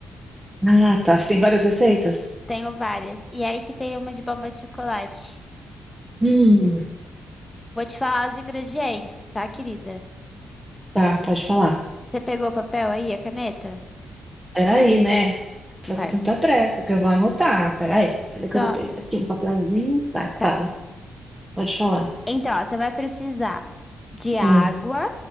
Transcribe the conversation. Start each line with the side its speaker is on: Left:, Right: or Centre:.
Right: ah, tá. Você tem várias receitas?
Left: Tenho várias. E é aí que tem uma de bomba de chocolate.
Right: Hum,
Left: Vou te falar os ingredientes, tá, querida?
Right: tá, pode falar.
Left: Você pegou o papel aí, a caneta?
Right: Peraí, né? Não precisa
Left: Vai.
Right: ter tanta pressa, que eu vou anotar. Peraí, peraí
Left: Tá.
Right: que eu vou pegar aqui um papelzinho. Vai,
Left: Tá.
Right: fala. Pode falar.
Left: Então, ó, você vai precisar de água,
Right: Ah,